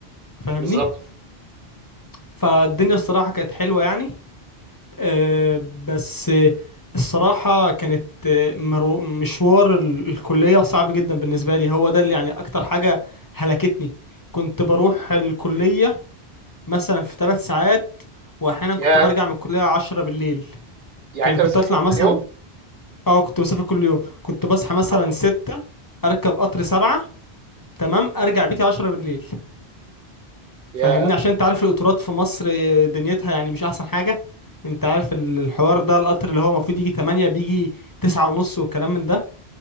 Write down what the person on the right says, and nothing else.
بالظبط
مم.
يا
يعني
انت
بتسافر
كل
يوم
لا حول ولا
قوه
يا